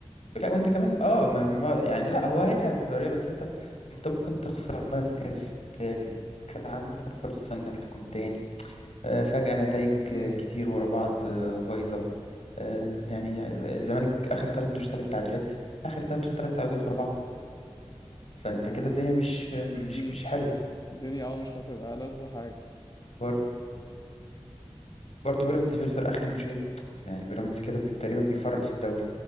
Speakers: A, on the left (about 80°); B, on the left (about 40°).
A: لا وانت كمان اه ما... ما... يعني لا هو هيلعب الكونفدرالية بس انت انت ممكن تخسر مركز تالت كان عندك فرصة انك تكون تاني آه، فجأة نتائج
B: امم
A: كتير ورا بعض آه، بايظة آه، يعني الزمالك آخر ثلاث ماتشات ثلاث تعادلات آخر ثلاث ماتشات ثلاث تعادلات ورا بعض فأنت
B: ما
A: كده الدنيا مش مش
B: امم
A: مش حلوة
B: الدنيا اه مش هتبقى لذة حاجة
A: بر- برضه بيراميدز بيخسر آخر ماتشين يعني بيراميدز كده بي- تقريبا بيفرط في الدوري